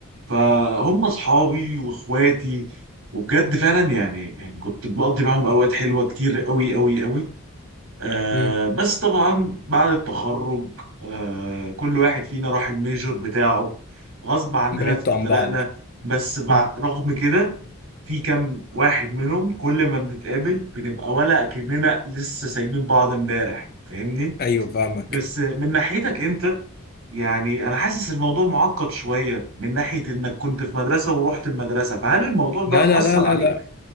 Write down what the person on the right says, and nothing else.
فهم اصحابي واخواتي وبجد فعلا يعني يعني كنت بقضي معاهم اوقات حلوه كتير قوي قوي قوي آه
بس طبعا بعد التخرج آه كل واحد فينا راح الميجور بتاعه غصب عننا
افترقنا
بس بع-
رغم كده في كام واحد منهم كل ما بنتقابل بنبقى ولا اكننا لسه سايبين بعض امبارح فاهمني
بس من ناحيتك انت يعني انا حاسس الموضوع معقد شوية من ناحية انك كنت في مدرسة ورحت المدرسة فهل الموضوع ده
أثر
عليك؟